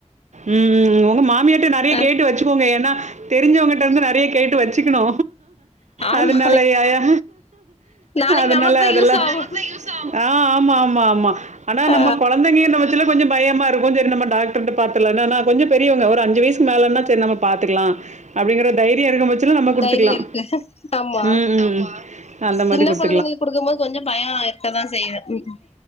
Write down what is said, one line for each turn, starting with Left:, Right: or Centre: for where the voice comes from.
Right: ம் ம் ஒங்க மாமியாட்ட நெறைய
Left: அ
Right: கேட்டு வச்சுக்கோங்க ஏனா தெரிஞ்சவங்கட்ட இருந்து நெறைய கேட்டு வச்சுக்கனு
Left: ஆமா
Right: அதனால ஏயா
Left: நாளைக்கு
Right: அதனால
Left: நமக்கு தா
Right: அதெல்லா
Left: யூஸ் ஆகு
Right: ஆ ஆமா ஆமா ஆமா ஆனா
Left: ஆ
Right: நம்ம கொழ கம்பெனியே இன்னு வச்சுல்ல கொஞ்ச பயமா இருக்கு செரி நம்ம டாக்டர்ட்ட பாத்தர்லானு ஆனா கொஞ்ச பெரியவங்க ஒரு அஞ்சி வயசுக்கு மேலனா செரி நம்ம பாத்துக்கலா அப்டிங்கற தைரிய இருக்கு பச்சல நம்ம குடுத்துக்கலா
Left: தைரியோ இருக்கு ஆமா
Right: ம் ம் ம் அந்த மாதி
Left: சின்ன
Right: குட்த்
Left: கொழந்தைங்களுக்கு குடுக்கு போது கொஞ்ச பயோ இருக்கதா செய்யு ம் ம்